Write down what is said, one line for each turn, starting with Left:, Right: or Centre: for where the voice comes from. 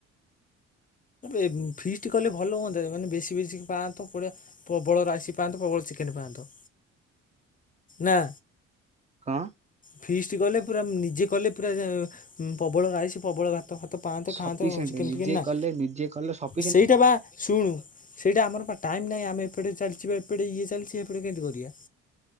Left: ଏ ଫିଷ୍ଟ କଲେ ଭଲ ହୁଅନ୍ତା ଜେ ମାନେ ବେଶୀ ବେଶୀ ପାଆନ୍ତ ପଡିଆ ପ୍ରବଳ ରାସି ପାଆନ୍ତ ପ୍ରବଳ ଚିକେନ ପାଆନ୍ତ ନା?
Right: କଣ?
Left: ଫ୍ରିସ୍ଟି କଲେ ପୁରା ନିଜେ କଲେ ପୁରା ପବଳ ରାଇସି ପବଳ ଭାତ ଭାତ ପାଆନ୍ତ
Right: ସଫିସିଏଣ୍ଟ
Left: ଖାଆନ୍ତ ଚିକେନ
Right: ନିଜେ
Left: ଫିକେନ୍ ନା।
Right: କଲେ ନିଜେ କଲେ ସବ
Left: ସେଇଟା ବା ଶୁଣୁ ସେଇଟା ଆମର ପା ଟାଇମ୍ ନାହିଁ ଆମେ ଏପଟେ ଚାଲିଛି ବା ଏପଟେ ଇଏ ଚାଲିଛି ହେପଟେ କେମତି କରିବା